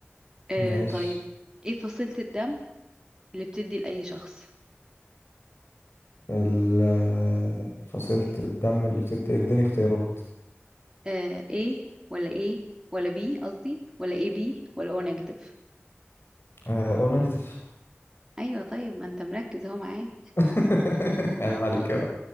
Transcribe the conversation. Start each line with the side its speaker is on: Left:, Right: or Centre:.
Right: آه
Left: ماشي
Right: طيب ايه فصيلة الدم اللي بتدي لأي شخص
Left: ال- آه، فصيلة الدم اللي بتدي اديني اختيارات
Right: آه ايه ولا ايه ولا بي قصدي ولا ايه بي ولا او نيجاتيف
Left: آه، او نيجاتيف
Right: ايوه طيب ما انت مركز اهو معايا
Left: <laughs> عيب عليك بقى